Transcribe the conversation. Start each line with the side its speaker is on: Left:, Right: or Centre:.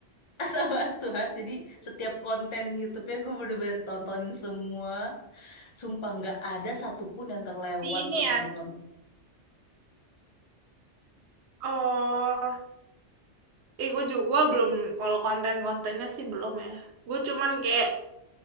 Left: <laughs> sama Stuart jadi setiap konten YouTube-nya gue bener-bener tonton semua sumpah nggak ada satupun yang terlewat
Right: Si ini
Left: gue
Right: ya.
Left: tonton
Right: Oh, eh gue juga gua belum kalau konten-kontennya sih belum ya. Gue cuman kayak